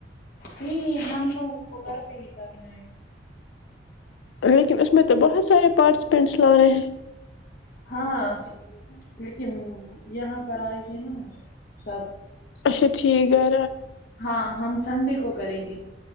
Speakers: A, on the left; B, on the left.
A: یہ م توپ گھر پہ ہی کرنا ہے
B: لیکن اس میں تو بہت سارے پارٹیسپینٹس لا رہے ہیں
A: ہاں لیکن یہاں پر آئے گے نا سب
B: اچھا ٹھیک ہے
A: ہاں ہم سنڈے کو کریں گی